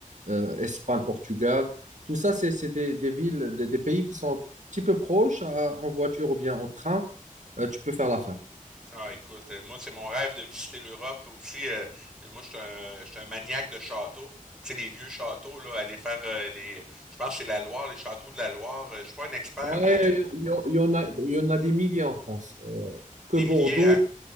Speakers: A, on the right; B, in the centre.
A: euh, Espagne-Portugal. Tout ça, c'est c'est des, des villes, des, des pays qui sont un petit peu proches euh, en voiture ou bien en train. Euh, tu peux faire l'affaire.
B: Ah, écoute, euh, moi, c'est mon rêve de visiter l'Europe aussi. euh, moi, je suis un, je suis un maniaque de châteaux. Tu sais, les vieux châteaux, là, aller faire euh, les. Je pense que c'est la Loire, les châteaux de la Loire. Euh, Je suis pas un expert,
A: Ouais,
B: mais euh,
A: il y, en il y en a, il y en a des milliers en France. Euh, que
B: des
A: Bordeaux,
B: milliers, hein?